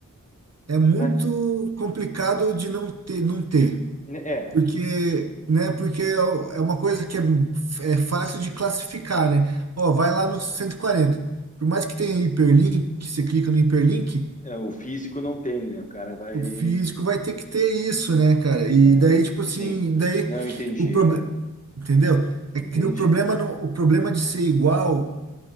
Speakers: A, on the right; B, on the left.
A: é muito
B: Vai-
A: complicado de não ter, não ter.
B: É,
A: Porque, né? Porque é o- é uma coisa que é, é fácil de classificar, né? Ó, vai lá no 140. Por mais que tenha hiperlink, você clica no hiperlink,
B: é, o físico não tem, né? O cara vai.
A: O físico vai ter que ter isso, né, cara? E
B: É,
A: daí,
B: né?
A: tipo assim,
B: sim.
A: daí
B: Não, eu entendi,
A: o problema,
B: cara.
A: entendeu? É
B: Entendi.
A: que o problema não, o problema de ser igual,